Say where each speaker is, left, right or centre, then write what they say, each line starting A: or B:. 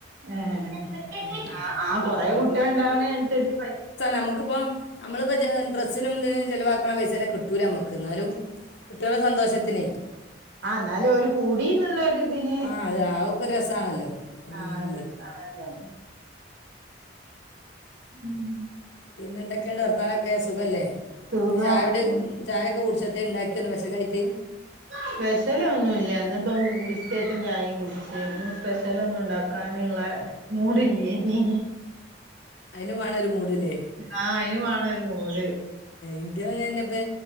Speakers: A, on the right; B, on the left.
A: ഏഹ്
B: ഉം.
A: ആ കൊറെ കുട്ട്യാള്ണ്ടാവനൻസരിച്ച് പൈസ
B: നമുക്കിപ്പോ നമ്മളിപ്പോ ഡ്രസിനും ഇതിനും ചിലവാക്കണ പൈസന്നെ കിട്ടൂ- ഇന്നാലും കുട്ട്യാള സന്തോഷത്തിന്
A: ആ് എന്നാലും ഓല് കൂടീന്ന്ള്ളൊരു തിന്
B: ആ അത് അതൊക്കെ ഒരു രസമാണല്ലോ വലിയ
A: ആഹ്
B: വലിയ
A: ഒരു ആണല്ലോ ഉം
B: പിന്നെന്തൊക്കെണ്ട് വർത്താനൊക്കെ സുഖല്ലേ
A: സുഖം
B: ഇന്ന് ചായുടിം
A: ഉം
B: ചായൊക്കെ കുടിച്ചാ ത്തേണ്ടാക്ക്യാ ഇന്ന് സ്പെഷലായിട്ട്
A: സ്പെഷലൊന്നുല്ല്യ ഇന്ന്പ്പം ബിസ്ക്കറ്റും ചായിം കുടിച്ച് സ്പെഷ്യലൊന്നും ഉണ്ടാക്കാനുള്ള മൂഡ്ല്ലേനി
B: അയ്നും വേണൊരു മൂഡ്ല്ലേ
A: ആഹ് അയിനും വേണൊരു മൂട്
B: ഇൻ്റെതു അങ്ങനന്നെപ്പ